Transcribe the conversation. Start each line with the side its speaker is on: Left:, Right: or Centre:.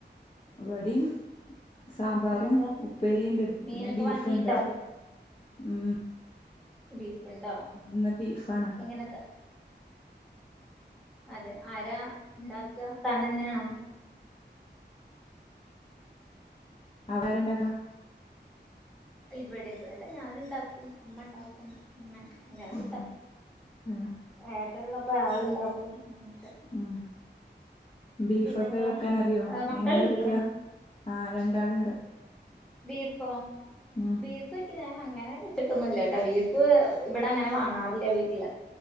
Left: ഇവിടെയും സാമ്പാറും
Centre: ഇന്നെന്താ
Left: ഉപ്പേരിയുണ്ട്
Centre: മീനൊക്കെ
Left: പിന്നെ ബീഫ്
Centre: വാങ്ങിണ്ടോ
Left: ഉണ്ട് ഉം
Centre: ബീഫ് ഉണ്ടോ
Left: ഇന്ന് ബീഫാണ്
Centre: എങ്ങനെത്തെ അതെ ആരാ ഇണ്ടാക്കുക താൻ തന്നെ ആണോ
Left: അവിടെര <unintelligible>
Centre: ഇവിടെ ഇവിടെ ഞാനുണ്ടാക്കും അമ്മ ഉണ്ടാക്കും ഇങ്ങനെ- എല്ലാവരും
Left: ഉം
Centre: ഇണ്ടാക്കും
Left: ഉം
Centre: ഏട്ടൻ ഉള്ളപ്പോ ആളുണ്ടാക്കും അങ്ങനൊക്കെ
Left: ഉം ബീഫൊക്കെ
Centre: പിന്നെന്താ
Left: വെക്കാൻ അറിയോ
Centre: മക്കളില്ലേ
Left: എങ്ങനെ വെക്കുക ആഹ് രണ്ടാളുണ്ട്
Centre: ബീഫോ
Left: ആഹ്
Centre: ബീഫ് ഒക്കെ ഞാൻ അങ്ങനെ വെച്ചിട്ടൊന്നുമില്ല ട്ടൊ ബീഫ് ഇവിടെ അങ്ങനെ വാങ്ങാറില്ലേ വീട്ടില്